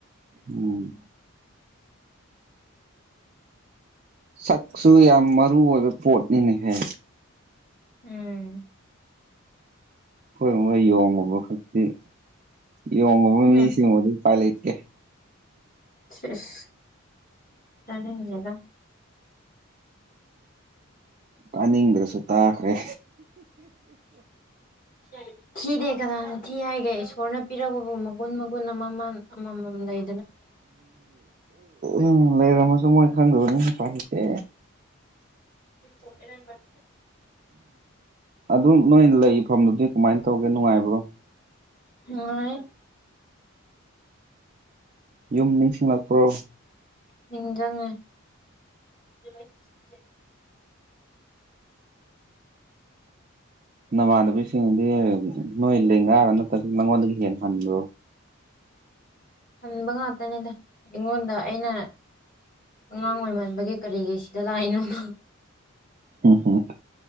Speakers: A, on the right; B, on the left.
A: ꯎꯝ ꯁꯛꯁꯨ ꯌꯥꯝ ꯃꯔꯨ ꯑꯣꯏꯕ ꯄꯣꯠꯅꯤꯅꯦꯍꯦ
B: ꯎꯝ
A: ꯍꯈꯣꯏ ꯃꯣꯏ ꯌꯣꯡꯉꯨꯕ ꯈꯛꯇꯤ ꯌꯣꯡꯉꯨꯕ ꯃꯤꯁꯤꯡ
B: ꯎꯝ
A: ꯑꯗꯨ ꯑꯗꯨꯝ ꯎꯄꯥꯏ ꯂꯩꯇꯦ
B: ꯁ‌ꯦꯁ ꯇꯥꯅꯤꯡꯗ‌ꯦꯗ
A: ꯇꯥꯅꯤꯡꯗ꯭ꯔꯁꯨ ꯇꯥꯈ꯭ꯔꯦ
B: ꯀꯔꯤ ꯊꯤꯗꯦ ꯀꯅꯥꯅ ꯊꯤ ꯍꯥꯏꯒꯦ ꯏꯁꯣꯔꯅ ꯄꯤꯔꯛꯄꯕꯨ ꯃꯒꯨꯟ ꯃꯒꯨꯟ ꯑꯃꯃꯝ ꯑꯃꯃꯝ ꯂꯩ
A: ꯎ ꯂꯩꯥꯔꯝꯃꯁꯨ ꯃꯣꯏ ꯊꯪꯒꯗꯕꯅꯤꯅ ꯎꯄꯥꯏ ꯂꯩꯇꯦ
B: <inaudible>
A: ꯑꯗꯨ ꯅꯣꯏ ꯂꯩꯐꯝꯗꯨꯗꯤ ꯀꯃꯥꯏꯅ ꯇꯧꯒꯦ ꯅꯨꯡꯉꯥꯏꯕ꯭ꯔꯣ
B: ꯅꯨꯡꯉꯥꯏ
A: ꯌꯨꯝ ꯅꯤꯡꯁꯤꯡꯂꯛꯄ꯭ꯔꯣ
B: ꯅꯤꯡꯖꯪꯉꯦ <inaudible>
A: ꯅꯃꯥꯟꯅꯕꯤꯁꯤꯡꯗꯤ ꯅꯣꯏ ꯏꯜꯜꯂꯤ ꯉꯔ ꯅꯠꯇ ꯅꯪꯉꯣꯟꯗꯒꯤ ꯂ‌ꯦꯍꯟꯕꯔꫭ
B: ꯍꯟꯕ ꯉꯥꯛꯇꯅꯤꯗ ꯑꯩꯉꯣꯟꯗ ꯑꯩꯅ ꯑꯉꯥꯡ ꯑꯣꯏꯃꯟꯕꯒꯤ ꯀꯔꯤꯒꯤ ꯁꯤꯗ ꯂꯥꯛꯏꯅꯣ ꯅꯪ
A: ꯎꯝ ꯍꯝ